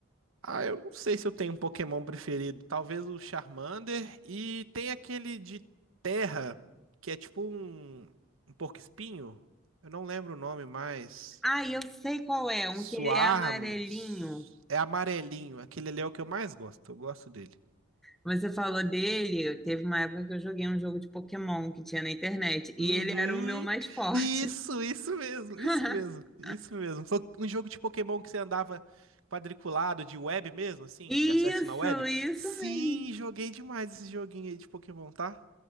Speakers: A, on the right; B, in the centre.
A: Ah, eu não sei se eu tenho um Pokémon preferido. Talvez o Charmander. E tem aquele de terra, que é tipo um, um porco-espinho. Eu não lembro o nome mais.
B: Ah, eu sei qual é, um
A: Suarms.
B: que ele é amarelinho.
A: É amarelinho. Aquele ali é o que eu mais gosto. Eu gosto dele.
B: Você falou dele, teve uma época que eu joguei um jogo de Pokémon que tinha na internet,
A: Uhum.
B: e ele era o meu mais forte.
A: Isso, isso mesmo,
B: <laughs>
A: isso mesmo, isso mesmo. Foi um jogo de Pokémon que você andava quadriculado de web mesmo, assim,
B: Isso,
A: de acesso na web.
B: isso
A: Sim,
B: mesmo.
A: joguei demais esse joguinho aí de Pokémon, tá?